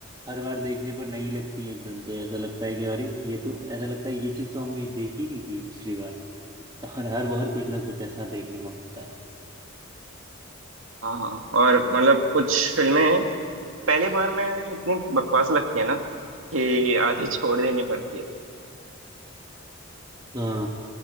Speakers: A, on the right; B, on the right.
A: हर बार देखने पर नई लगती हैं एकदम से ऐसा लगता है कि अरे ये तो ऐसा लगता है ये चीज़ तो हम ये देखी नहीं थी पिछली बार और हर बार कुछ ना कुछ ऐसा देखने को मिलता है
B: हाँ हाँ और मतलब कुछ फिल्में पहली बार में इतनी बकवास लगती है ना कि आधी छोड़ देनी पड़ती है
A: हाँ